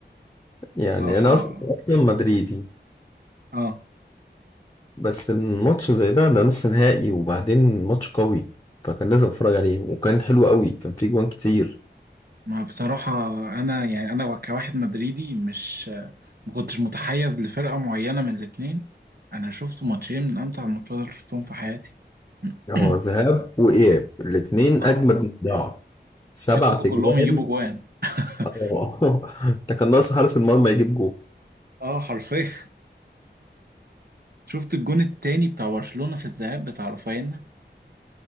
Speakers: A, on the left (about 20°); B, on the right (about 55°).
A: يعني
B: بصراحة
A: أنا أصلا أصلاً مدريدي
B: اه
A: بس الماتش زي ده ده نص نهائي وبعدين ماتش قوي فكان لازم أتفرج عليه وكان حلو قوي كان فيه جوان كتير
B: ما بصراحة انا يعني انا كواحد مدريدي مش آه، ما كنتش متحيز لفرقة معينة من الاتنين انا شفت ماتشين من امتع الماتشات اللي شفتهم في حياتي <clears throat>
A: اه ذهاب وإياب الاتنين
B: آه،
A: أجمد من بعض سبع
B: يا رب
A: تجوان
B: كلهم يجيبوا جوان <laughs>
A: اه <laughs> ده كان ناقص حارس المرمى يجيب جول
B: اه حرفيا شفت الجون التاني بتاع برشلونة في الذهاب بتاع رافينا